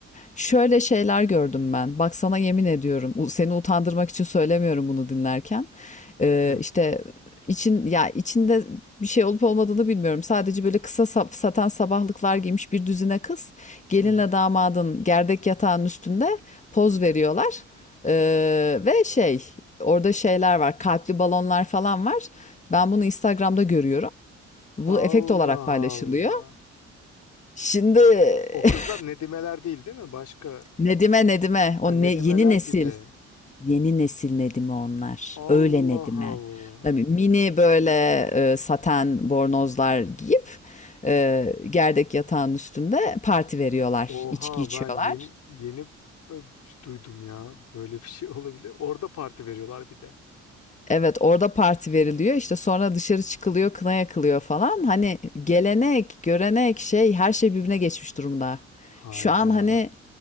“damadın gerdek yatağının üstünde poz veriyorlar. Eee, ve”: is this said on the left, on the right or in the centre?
Left